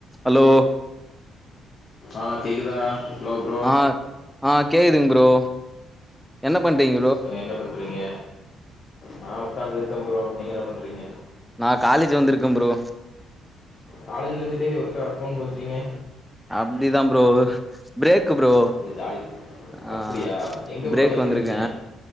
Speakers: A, in the centre; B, on the left (about 50°).
A: Hello
B: ஆ கேக்குதா hello bro
A: ஆ ஆ கேக்குதுங் ப்ரோ என்ன பண்றீங்
B: சொல்லுங்க என்ன பண்றீங்க நா ஒக்காந்துயிருக்க ப்ரோ நீங்க என்ன பண்றீங்க
A: நா காலேஜ் வந்துருக்க ப்ரோ
B: காலேஜ்ல இருந்துட்டே ஒர்க்கா போன் பேசுறீங்க
A: அப்டிதா ப்ரோ பிரேக் ப்ரோ
B: ஒரே ஜாலி
A: ஆ
B: அப்டியா எங்க
A: பிரேக்
B: ப்ரோ எங்க
A: வந்திருக்கே
B: இருக்கீங்க